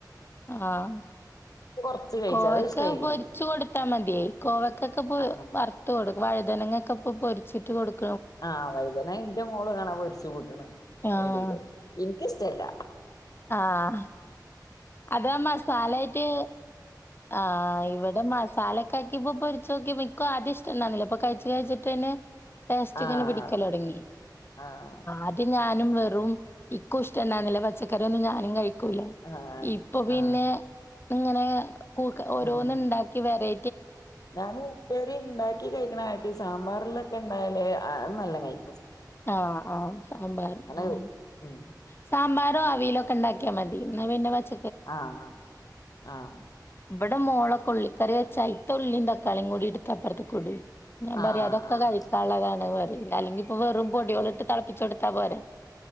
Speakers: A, on the left; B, on the left.
A: ആഹ്
B: കൊറച്ച് കഴിച്ച്
A: കോവക്ക
B: അത് ഇഷ്ടായിക്ക്ണ്
A: പൊരിച്ചു കൊടുത്താ മതിയായി കോവക്കൊക്കെ പോ
B: ആഹ്
A: വറുത്ത് കൊടുക്ക വഴുതനങ്ങൊക്കെ ഇപ്പൊ പൊരിച്ചിട്ട് കൊടുക്
B: ആഹ് വൈദന എന്റെ മോള് കാണാൻ പൊരിച്ച് കൂട്ടണ്
A: ആഹ്
B: ഇടയില് എനിക്കിഷ്ടല്ല
A: ആഹ് അതാ മസാലായിട്ട് ആഹ് ഇവിടെ മസാലൊക്കെ ആക്കിപ്പോ പൊരിച്ച് നോക്കിയപ്പ എനിക്കും ആദ്യം ഇഷ്ടണ്ടാര്ന്നില്ല ഇപ്പൊ കഴിച്ച് കഴിച്ചിട്ട് പിന്നെ ടേസ്റ്റ് ഇങ്ങനെ
B: ആഹ്
A: പിടിക്കലൊടങ്ങി
B: ആഹ്
A: ആദ്യം ഞാ വെറും ഇൻകും ഇഷ്ടണ്ടാരുന്നില്ല പച്ചക്കറി ഒന്നും ഞാനും ക കൂല
B: ആഹ്
A: ഇ അപ്പൊ പിന്നെ
B: ആഹ്
A: ഇപ്പങ്ങനെ ക്കൂ ഓരോന്ന്
B: ഉം
A: ഉണ്ടാക്കി വെറൈ
B: ഞാൻ ഉപ്പേരി ണ്ടാക്കി കഴിക്കണ ആട്ട് സാമ്പാറെല്ലാം ക്ക്ണ്ടായല് നല്ല കയ്
A: ആഹ് ആഹ് സാമ്പാർ ആഹ്
B: തിന്നും. ഉം
A: സാമ്പാറും ആവിയല് ക്ക് ഉണ്ടാക്കിയാ മതി ന്ന പിന്നെ പച
B: ആഹ് ആഹ് ആഹ്
A: ഇവിടെ മോളൊക്കുള്ളിക്കറി വെച്ച അയ്ത്ത ഉള്ളിം തക്കാളിം കൂടി ഇട്ത്തപ്പൊർത്ക്കിടുവേ. ഞാൻ പറയാ
B: ആഹ്
A: അതൊക്കെ
B: ആഹ്
A: കഴിക്കാള്ളതാണ് പറിം ഇല്ലാ അല്ലെങ്കിപ്പ വെറും പൊടിയോള്
B: അതെ
A: ട്ട് തളപ്പിച്ചൊടു ത്താ പോരേ.